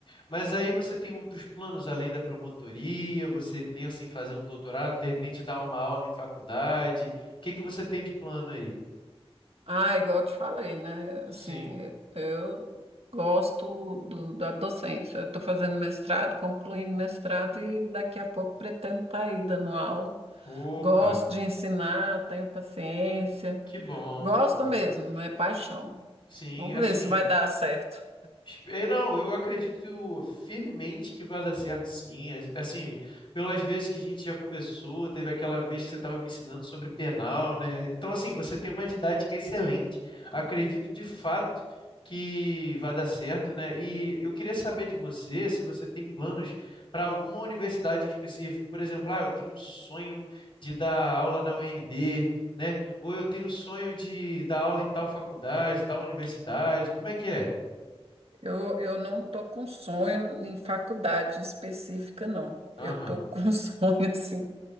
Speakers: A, on the left; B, on the right.
A: Mas aí você tem outros planos além da promotoria, você pensa em fazer um doutorado, de repente dar uma aula em faculdade. O que que você tem de plano aí?
B: Ah, igual eu te falei, né? Assim,
A: Sim.
B: eu gosto do- da docência. Eu estou fazendo mestrado, concluindo mestrado e daqui a pouco pretendo estar aí dando aula.
A: Opa,
B: Gosto de ensinar, tenho paciência.
A: que bom,
B: Gosto
A: que bom.
B: mesmo, é paixão.
A: Sim,
B: Vamos
A: é assim.
B: ver se vai dar certo.
A: Espe- eh, Não, eu acredito firmemente que vai dar certo, sim. As- Assim, pelas vezes que a gente já conversou, teve aquela vez que você estava me ensinando sobre penal, né? Então, assim, você tem uma didática excelente. Acredito de fato que vai dar certo, né? E eu queria saber de você se você tem planos para alguma universidade em específico. Por exemplo, ah, eu tenho um sonho de dar aula na UNB, né? Ou eu tenho um sonho de dar aula em tal faculdade, tal universidade. Como é que é?
B: Eu, eu não estou com sonho em faculdade específica, não.
A: Aham.
B: Eu estou com <laughs> sonho, assim,